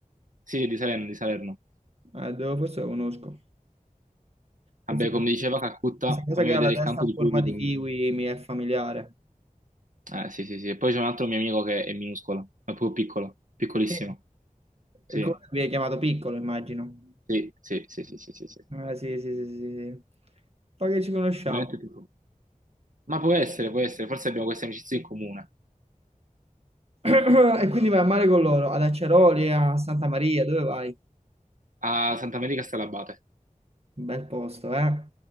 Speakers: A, on the right; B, on the right.
A: Sì, di Salerno, di Salerno.
B: Eh, devo- forse lo conosco.
A: Vabbè,
B: Forse lo
A: come
B: conosco.
A: diceva Calcutta,
B: Questa cosa
A: fammi
B: che
A: vedere
B: ha la testa
A: il campo
B: a
A: di
B: forma
A: Pluto.
B: di kiwi mi è familiare.
A: Eh, sì, sì, sì. E poi c'è un altro mio amico che è minuscolo, è proprio piccolo, piccolissimo.
B: Sì.
A: Sì,
B: E come vi hai chiamato piccolo, immagino.
A: sì, sì, sì, sì, sì, sì, sì. È
B: Ah, sì, sì, sì, sì, sì. Poi che ci conosciamo.
A: Veramente piccolo. Ma può essere, può essere. Forse abbiamo queste amicizie in comune.
B: <clears throat> E quindi vai a mare con loro, ad Aceroli, a Santa Maria, dove vai?
A: A Santa Maria Stalabate.
B: Un bel posto, eh?